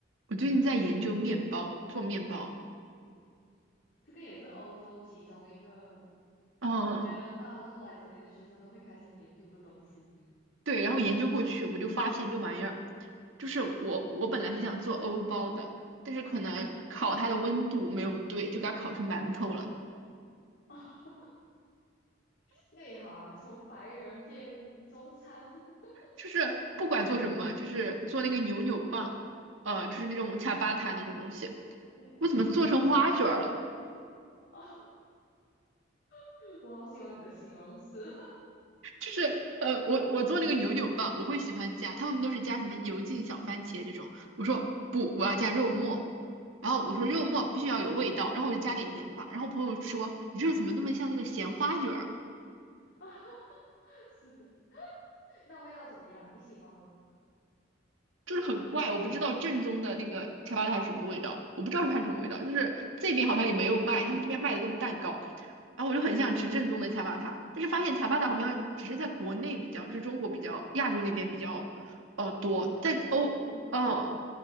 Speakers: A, on the right; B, on the left.
A: 我最近在研究面包，做面包。
B: 这个也是欧洲其中一个，
A: 啊，
B: 我觉得大多数来这里的学生都会开始研究的东西。
A: 对，然后研究过去，我就发现这玩意儿，就是我我本来是想做欧包的，但是可能烤它的温度没有对，
B: 嗯，
A: 就给它烤成馒头了。
B: <laughs> 那也好啊，从白人变中餐。<laughs>
A: 就是不管做什么，就是做那个扭扭棒，呃，
B: 嗯
A: 就是那种恰巴塔那种东西，
B: 嗯，
A: 我怎么做成花卷儿了？
B: 哦，<laughs> 我好喜欢你的形容词。
A: 就是呃，我我做那个扭扭棒，我会喜欢加，他们都是加什么油浸小番茄这种。我说不，我要加肉末。然后我说肉末必须要有味道，然后我就加点盐吧。然后我朋友说你这怎么那么像那个咸花卷儿？
B: <laughs> 是的，那味道怎么样？你喜欢吗？
A: 就是很怪，我不知道正宗的那个恰巴塔是什么味道，我不知道它是什么味道，就是这边好像也没有卖，他们这边卖的都是蛋糕，然后我就很想吃正宗的恰巴塔，但是发现恰巴塔好像只是在国内比较，就是中国比较，亚洲那边比较，哦呃多，
B: 比较火，
A: 在欧，
B: 嗯。
A: 嗯，